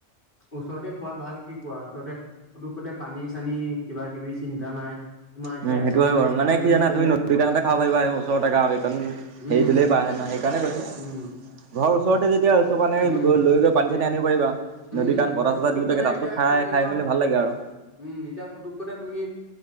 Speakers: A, on the left; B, on the right.
A: ওচৰতে খোৱা ভাল কি কোৱা ওচৰতে পুটুকুতে পানী চানী কিবা কিবি চিন্তা নাই তোমাৰ এতিয়া
B: উম সেইটো
A: এখন
B: হয়
A: গাড়ীত
B: বাৰু মানে
A: যাম
B: কি
A: বুলি
B: জান
A: ক'লে
B: তুমি নদীৰ
A: তোমাৰ
B: কিনাৰে খাব পাৰা এই ওচৰতে জেগা আৰু এইকণ হেৰি
A: উম
B: দিলেই পাৰ হয় ন সেইকাৰণে কৈছো
A: উম
B: ঘৰৰ ওচৰতে যেতিয়া ওচৰ পানী
A: উম।
B: গৈ পানী চানী
A: এ
B: আনিব পাৰিবা
A: উম
B: নদী কাৰণ
A: এতিয়া
B: বতাহ চতাহ
A: পুতুকতে
B: দিওঁ থাকে তাতো
A: এতিয়া
B: খাই
A: তুমি
B: খাই
A: ধৰ
B: মেলি ভাল লাগে আৰু
A: উম এতিয়া পুতুকতে তুমি